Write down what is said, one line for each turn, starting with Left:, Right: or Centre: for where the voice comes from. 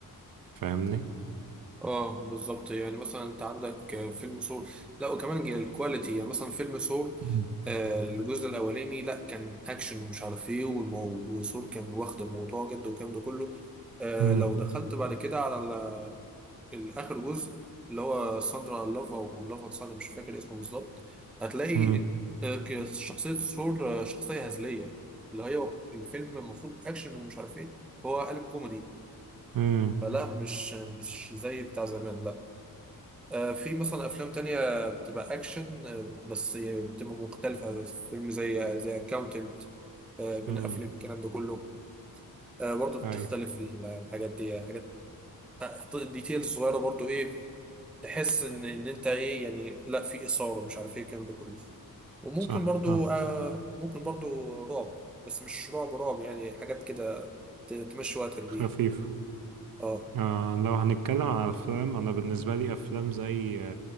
Right: فاهمني
Centre: اه بالظبط يعني مثلا انت عندك آه، فيلم سول لا وكمان ج- الكواليتي يعني مثلا فيلم سول
Right: مم.
Centre: آه، الجزء الاولاني لا كان اكشن ومش عارف ايه والمو- وسول كان واخد الموضوع جد والكلام ده كله آه،
Right: امم
Centre: لو دخلت بعد كده على ال- الاخر جزء اللي هو ساندرا لاف او لاف اند ساندرا مش فاكر اسمه بالظبط هتلاقي
Right: امم
Centre: آه، ك- شخصية سول آه، شخصية هزلية اللي هي الفيلم المفروض اكشن ومش عارف ايه هو قالب كوميدي
Right: امم
Centre: فلا مش مش زي بتاع زمان لا آه، في مثلا افلام تانية بتبقى اكشن آه، بس يعني بتبقى مختلفة فيلم زي زي اكاونتنت بين
Right: امم
Centre: افلك الكلام ده كله آه، برضه
Right: اي
Centre: بتختلف ال- الحاجات دي حاجات ديتيلز صغيرة برضه ايه تحس ان ان انت ايه يعني لا في اثارة مش عارف ايه الكلام ده كله وممكن
Right: صح
Centre: برضه
Right: فاهم
Centre: آه، ممكن برضه رعب بس مش رعب رعب يعني حاجات كده ت- تمشي وقتك بيها
Right: خفيف
Centre: اه
Right: آه لو هنتكلم عن الافلام انا بالنسبة لي افلام زي